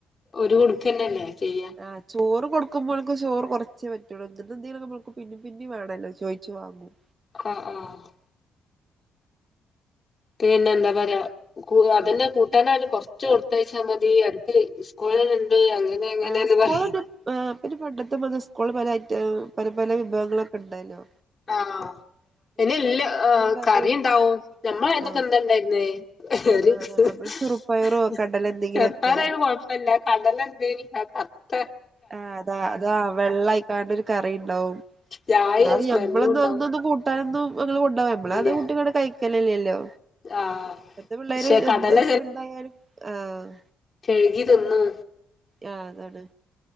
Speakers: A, on the left; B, on the right.
A: ഒരുടു ക്കെന്നെല്ലേ ചെയ്യാ.
B: ആഹ് ചോറ് കൊടുക്കുമ്പോൽക്ക് ചോറ് കുറച്ചെ പറ്റുള്ളൂ ഇന്നിന്തങ്കിലും മ്മള്ക്ക് പിന്നിം പിന്നിം വേണല്ലോ ചോയിച് വാങ്ങും.
A: ആഹ് ആഹ്. പിന്നെ എന്താ പറയാ ക്കൂല്ല. അതന്നെ കൂട്ടാനായല് കൊറച്ച് കൊടുത്തയച്ചാ മതി അവർക്ക് സ്കൂളിലിന്നെണ്ട് അങ്ങനെ തെങ്ങനാലും
B: ആഹ് സ്കൂള്
A: പറയും
B: ആഹ് പിന്നെ പണ്ടത്തെ മാതിരി സ്കൂളില് പല ഐറ്റം പല പല വിഭവങ്ങളൊക്കെ ഇണ്ടല്ലോ.
A: ആഹ് എനി എല്ലോ ആ
B: കറിയും
A: കറി ഇണ്ടാവും ഞമ്മളയന്നൊക്കെ
B: ആഹ്
A: എന്താ ഇണ്ടായിരുന്നേ <unintelligible>
B: ആഹ് നമ്മള് ചെറുപ്പയറോ കടല എന്തെങ്കിലുമൊക്കെ
A: ചെറുപ്പയറായാലും കൊഴ പ്പല്ല കടലണ്ടേനി ആ കർത്ത
B: ആഹ് അതാ അതാ വെള്ളായിക്കാണ്ട് ഒരു കറി ഇണ്ടാവും
A: ചായ
B: എന്നാലും
A: സ്മെല്ലും
B: ഞ്ഞം മ്മളൊന്നും
A: ഉണ്ടാവും
B: അന്നൊന്നും കൂട്ടാനൊന്നും കൊണ്ടോവാ നമ്മളത്
A: ഇല്ല
B: കുട്ട്യങ്ങട്ട് കയിക്കലില്ലല്ലോ.
A: ആഹ്
B: ഇപ്പത്തെ പിള്ളേര്
A: പക്ഷെ കടല
B: എൻ എത്രിണ്ടായാലും ആഹ്
A: കഴ്കി തിന്നും
B: ആഹ് അതാണ്